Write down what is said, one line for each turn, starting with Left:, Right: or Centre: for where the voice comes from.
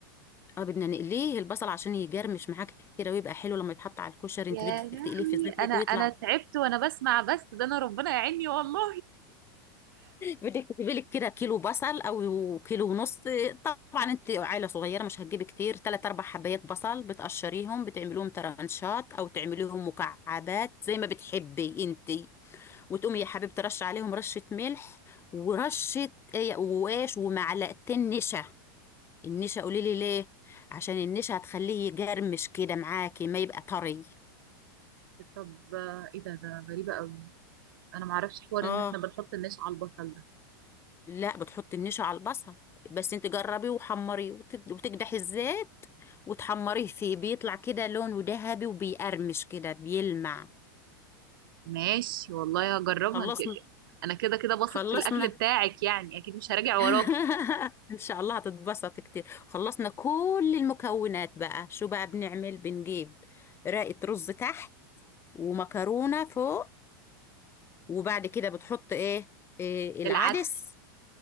Left: اه بدنا نقليه البصل عشان يجرمش معاك كده ويبقى حلو لما يتحط على الكشري
Right: يا
Left: انت بدك
Right: لهوي
Left: تقليه في الزيت
Right: انا
Left: هيك ويطلع
Right: انا تعبت وانا بسمع بس ده انا ربنا يعيني والله
Left: بدك تجيبي لك كده كيلو بصل او كيلو ونص طبعا انت عائله صغيره مش هتجيبي كتير ثلاث اربع حبايات بصل بتقشريهم بتعمليهم ترانشات او تعمليهم مكعبات زي ما بتحبي انت وتقومي يا حبيبتي ترش عليهم رشة ملح ورشة ايه قواش ومعلقتين نشا النشا قولي لي ليه عشان النشا هتخليه يجرمش كده معاكي ما يبقى طري
Right: طب آه، ايه ده ده غريبة قوي انا معرفش حوار
Left: اه
Right: ان احنا بنحط النشا على البصل ده
Left: لا بتحطي النشا على البصل بس انت جربيه وحمريه وت- وتكدحي الزيت وتحمريه فيه بيطلع كده لونه ذهبي وبيقرمش كده بيلمع
Right: ماشي والله هجربها
Left: خلصنا
Right: انت انا كده كده بثق
Left: خلصنا
Right: في الاكل بتاعك يعني اكيد مش هراجع
Left: <laughs>
Right: وراكي
Left: ان شاء الله هتتبسط كتير خلصنا كل المكونات بقى شو بقى بنعمل بنجيب رقة رز تحت ومكرونة فوق وبعد كده بتحط ايه, إيه العدس
Right: العدس